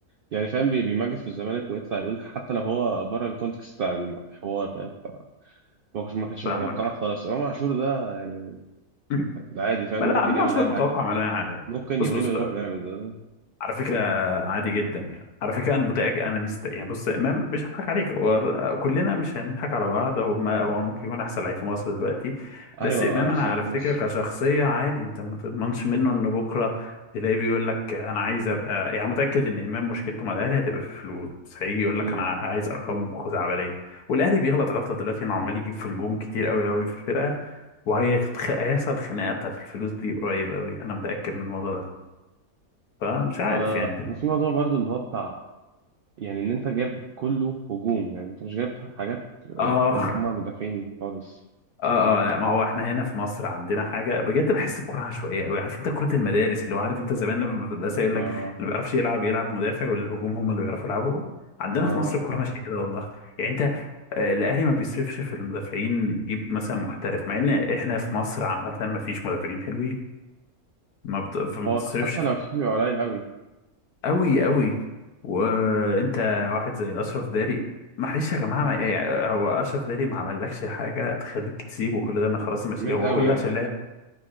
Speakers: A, on the right; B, on the left.
A: يعني فاهم بي- بيمجد في الزمالك ويطلع يقول حتى لو هو بره الكونتكست بتاع الحوار فاهم ف- ما كنتش ما كانش
B: فاهمك
A: متوقع خالص امام عاشور ده يعني
B: <laughs>
A: ده عادي فاهم
B: ما
A: ممكن
B: لا انا
A: يعمل
B: مش
A: اي
B: متوقع
A: حاجه
B: منه اي حاجه
A: ممكن
B: بص
A: يومين
B: بص
A: ويروح بيراميدز
B: على فكرة عادي جدا يعني على فكرة أنا متأكد أنا مست يعني بص إمام مش هضحك عليك هو كلنا مش هنضحك على بعض هو ما هو ممكن يكون أحسن لعيب في مصر دلوقتي بس
A: ايوه
B: إمام
A: آه، عشان
B: أنا على
A: في
B: فكرة
A: مصر
B: كشخصية عادي أنت ما تضمنش منه إن بكرة تلاقيه بيقول لك أنا عايز أبقى يعني متأكد إن إمام مشكلته مع الأهلي هتبقى في الفلوس هيجي يقول
A: مم.
B: لك أنا عايز أرقام خزعبلية والأهلي بيغلط غلطة دلوقتي إنه عمال يجيب في نجوم كتير قوي قوي في الفرقة وهيحصل خناقة بتاعت الفلوس دي قريب قوي أنا متأكد من الموضوع ده فمش عارف
A: آه
B: يعني
A: وفي موضوع برضو اللي هو بتاع يعني ان انت جايب كله هجوم يعني انت مش جايب حاجات آه،
B: اه
A: اللي هم مدافعين خالص
B: اه اه لا ما هو احنا هنا في مصر عندنا حاجه بجد بحس الكوره عشوائيه قوي عارف انت كره المدارس اللي هو عارف انت زمان لما في المدرسه يقول
A: اه
B: لك اللي ما بيعرفش يلعب يلعب مدافع والهجوم هم اللي بيعرفوا يلعبوا عندنا
A: اه
B: في مصر الكوره ماشيه كده والله يعني انت آه، الاهلي ما بيصرفش في المدافعين يجيب مثلا محترف مع ان احنا في مصر عامه ما فيش مدافعين حلوين ما بت- فما
A: اه
B: بتصرفش
A: حتى لو في بيبقى قليل قوي
B: أوي أوي وأنت واحد زي أشرف داري معلش يا جماعة ما يعني هو أشرف داري ما عملكش حاجة تخليك تسيبه كل ده من خلاص ماشي
A: ميد
B: هو
A: قوي
B: كل
A: يعني
B: ده عشان لا لعب